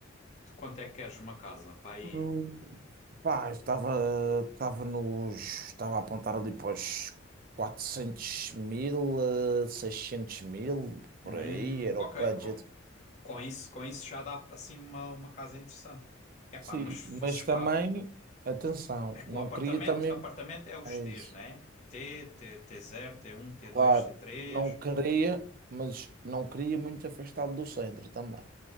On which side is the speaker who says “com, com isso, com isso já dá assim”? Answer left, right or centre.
Left